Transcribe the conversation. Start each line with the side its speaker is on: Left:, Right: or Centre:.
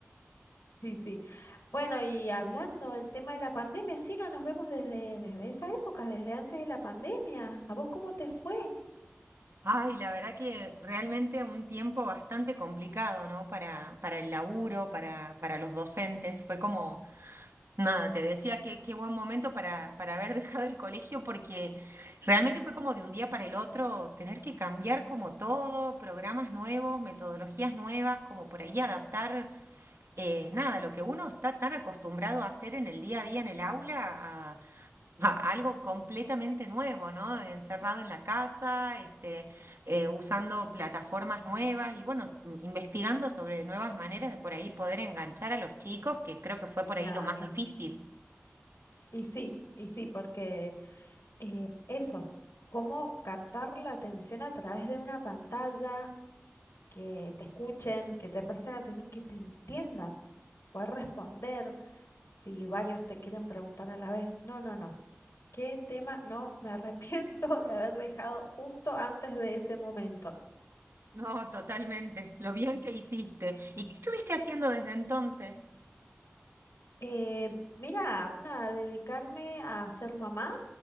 Left: Sí, sí. Bueno, y hablando del tema de la pandemia, sí, no nos vemos desde, desde esa época, desde antes de la pandemia. ¿A vos cómo te fue?
Right: Ay, la verdad que realmente un tiempo bastante complicado, ¿no? Para, para el laburo, para, para los docentes. Fue como, nada, te decía que qué buen momento para, para haber <laughs> dejado el colegio porque realmente fue como de un día para el otro tener que cambiar como todo, programas nuevos, metodologías nuevas, como por ahí adaptar, eh, nada, lo que uno está tan acostumbrado a hacer en el día a día en el aula a- algo completamente nuevo, ¿no? Encerrado en la casa, este, eh, usando plataformas nuevas y bueno, m- investigando sobre nuevas maneras de por ahí poder enganchar a los chicos, que creo que fue por
Left: Claro.
Right: ahí lo más difícil.
Left: Y sí, y sí, porque eh, eso, cómo captar la atención a través de una pantalla, que te escuchen, que te presten atención, que te entiendan, poder responder si varios te quieren preguntar a la vez. No, no, no. ¿Qué tema? No, me arrepiento <laughs> de haber dejado justo antes de ese momento.
Right: No, totalmente. Lo bien que hiciste. ¿Y qué estuviste haciendo desde entonces?
Left: Eh, mira, nada, dedicarme a ser mamá,